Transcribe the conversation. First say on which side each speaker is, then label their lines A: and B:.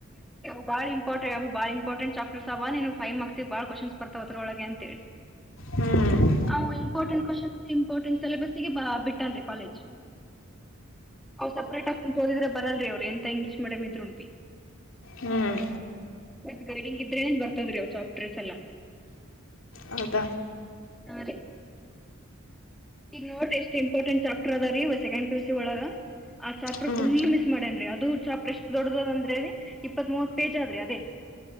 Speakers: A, in the centre; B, on the left.
A: <unintelligible> ಬಾಳ ಇಂಪಾರ್ಟೆಟ್ ಚಾಪ್ಟರ್ ಅವ ನೀವು ಫೈವ್ ಮಾರ್ಕ್ಸ್ ಬಾಳ್ ಕ್ಶ್ನ್ ಬರ್ತಾವವತ್ರ ಒಳಗೆ ಅಂತ ಹೇಳಿ
B: ಹ್ಮ್
A: ಅವು ಇಂಪಾರ್ಟೆಂಟ್ ಕ್ವನ್ ಇಂಪಾರ್ಟೆಂಟ್ ಸಿಲೆಬಸ್ಗೆ ಬಿಟ್ಟನ್ರಿ ಕಾಲೇಜ್ ಅವ್ ಸಪೇಟ್ ಹಾಗೆ ಕೂತು ಒಡೆರೇ ಬಾಲರಾಲ್ರೆ ಅವರು ಎಂತ ಇಂಗ್ಲೀಷ ಮೀಡಿಯಂ ಇದ್ರು ಬಿ
B: ಹ್ಮ್
A: ಮತ್ ಗಡಿಂಗ ಇದ್ರೆ ಏನ್ ಬರ್ತಾವ್ರ ಚಾಫ್ಟ್ರೇಸ್ ಎಲ್ಲಾ
B: ಹೌದ
A: ಹಾ ರೀ ಈಗ ನೋಡ್ರ ಎಷ್ಟ ಇಂಪಾರ್ಟೆಂಟ್ ಚಾಪ್ಟರ್ ಅದ ರೀ ಸೆಕಂಡ್ ಪಿಯುಸಿ ಒಳಗ ಆ ಚಾಪ್ಟರ್
B: ಹ್ಮ್
A: ಫುಲ್ ಮಿಸ್ ಮಾಡೇನ ಅದು ಚಾಪ್ರರ್ ಎಷ್ಟ್ ದೊಡ್ಡದ ಅಂದ್ರೆ ಇಪ್ಪತ್ ಮೂವತ್ ಪೇಜ್ ಆದ್ರ ಅದೇ <inaudible>